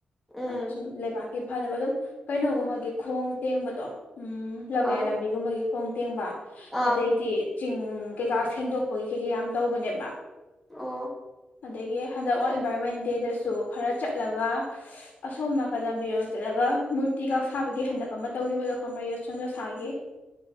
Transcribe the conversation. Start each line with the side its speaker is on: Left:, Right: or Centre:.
Centre: ꯎꯝ
Left: ꯑꯗ ꯁꯨꯝ ꯂꯩꯕꯥꯛꯀꯤ ꯐꯅꯕ ꯑꯗꯨꯝ ꯀꯩꯅꯣꯒꯨꯝꯕꯒꯤ ꯈꯣꯡ ꯇꯦꯡꯕꯗꯣ ꯎꯝ ꯆꯨꯞꯂꯕ
Centre: ꯑꯥ
Left: ꯌꯥꯏ ꯂꯝꯕꯤꯒꯨꯝꯕꯒꯤ ꯈꯣꯡ ꯇꯦꯡꯕ
Centre: ꯑꯥ
Left: ꯑꯗꯩꯗꯤ ꯆꯤꯡ ꯀꯩꯀꯥ ꯁꯦꯡꯗꯣꯛꯄꯒꯤ ꯀꯩ ꯀꯩ ꯌꯥꯝ ꯇꯧꯕꯅꯦꯕ
Centre: ꯑꯣ
Left: ꯑꯗꯒꯤ ꯍꯟꯗꯛ ꯋꯥꯔꯜ ꯏꯟꯚꯥꯏꯔꯣꯟꯃꯦꯟ ꯗꯦꯗꯁꯨ ꯈꯔ ꯆꯠꯂꯒ ꯑꯁꯣꯝ ꯅꯥꯀꯜ ꯂꯝꯕꯤꯔ ꯑꯃ ꯆꯠꯂꯒ ꯃꯨꯔꯇꯤ ꯀꯥ ꯁꯥꯕꯒꯤ ꯍꯟꯗꯛ ꯑꯃ ꯇꯧꯈꯤꯕꯗꯣ ꯈꯕ꯭ꯔꯥ ꯌꯣꯠꯁꯣꯟ ꯌꯣꯠꯁꯥꯒꯤ